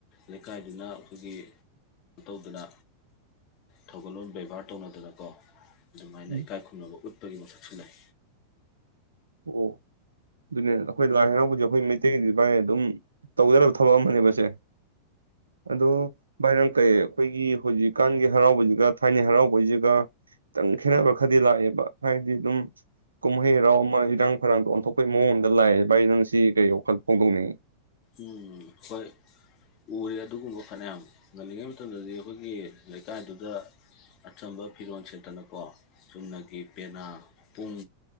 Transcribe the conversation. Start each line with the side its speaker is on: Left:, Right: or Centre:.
Left: ꯂꯩꯀꯥꯏꯗꯨꯅ ꯑꯗꯨꯒꯤ ꯇꯧꯗꯅ ꯊꯧꯒꯜꯂꯣꯟ ꯕꯦꯚꯥꯔ ꯇꯧꯅꯗꯅꯀꯣ ꯑꯗꯨꯃꯥꯏꯅ
Right: ꯎꯝ
Left: ꯏꯀꯥꯏ ꯈꯨꯝꯅꯕ ꯎꯠꯄꯒꯤ ꯃꯁꯛꯁꯨ ꯂꯩ
Right: ꯑꯣ ꯑꯗꯨꯅꯦ ꯑꯩꯈꯣꯏ ꯂꯥꯏ ꯍꯔꯥꯎꯕꯁꯦ ꯑꯩꯈꯣꯏ ꯃꯩꯇꯩꯒꯤꯗꯤ ꯃꯥꯥꯏ ꯑꯗꯨꯝ ꯇꯧꯗ ꯌꯥꯗꯕ ꯊꯕꯛ ꯑꯃꯅꯦꯕꯁꯦ ꯑꯗꯣ ꯚꯥꯏ ꯅꯪ ꯀꯩ ꯑꯩꯈꯣꯏꯒꯤ ꯍꯧꯖꯤꯛꯀꯥꯟꯒꯤ ꯍꯔꯥꯎꯕꯁꯤꯒ ꯊꯥꯏꯅꯩ ꯍꯔꯥꯎꯕꯩꯁꯤꯒ ꯈꯤꯇꯪ ꯈꯦꯠꯅꯕ ꯈꯔꯗꯤ ꯂꯥꯛꯑꯦꯕ ꯍꯥꯏꯗꯤ ꯑꯗꯨꯝ ꯀꯨꯝꯍꯩ ꯍꯔꯥꯎ ꯏꯔꯥꯡ ꯐꯔꯥꯡꯗ ꯑꯣꯟꯊꯣꯛꯄꯩ ꯃꯑꯣꯡ ꯑꯃꯗ ꯂꯥꯛꯏ ꯚꯥꯏ ꯅꯪ ꯉꯁꯤ ꯀꯩ ꯋꯥꯈꯜ ꯐꯣꯡꯗꯣꯛꯅꯤꯡꯏ
Left: ꯎꯝ ꯍꯣꯏ ꯎꯔꯦ ꯑꯗꯨꯒꯨꯝꯕ ꯐꯅꯌꯥꯝ ꯉꯜꯂꯤꯉꯩ ꯃꯇꯝꯗꯗꯤ ꯑꯩꯈꯣꯏꯒꯤ ꯂꯩꯀꯥꯏꯗꯨꯗ ꯑꯆꯝꯕ ꯐꯤꯔꯣꯜ ꯁꯦꯠꯇꯅꯀꯣ ꯆꯨꯝꯅꯒꯤ ꯄꯦꯅꯥ ꯄꯨꯡ